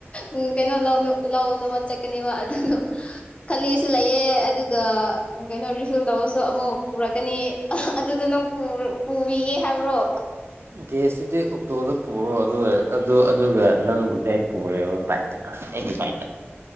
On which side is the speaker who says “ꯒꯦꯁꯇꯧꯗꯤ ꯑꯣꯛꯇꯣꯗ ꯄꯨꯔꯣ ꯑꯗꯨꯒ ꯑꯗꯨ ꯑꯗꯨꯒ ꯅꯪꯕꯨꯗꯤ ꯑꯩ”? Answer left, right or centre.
Right